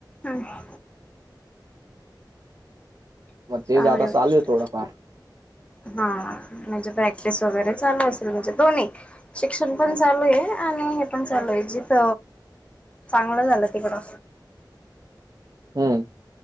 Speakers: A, on the left (about 15°); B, on the right (about 50°).
A: हा.
B: मग तेच
A: चांगली
B: आता
A: गोष्ट
B: चालू आहे थोडंफार.
A: हा म्हणजे प्रॅक्टिस वगैरे चालू असेल म्हणजे दोन्ही. शिक्षण पण चालू आहे आणि हे पण चालू आहे जिथ चांगलं झाल तिकडं.
B: हम्म.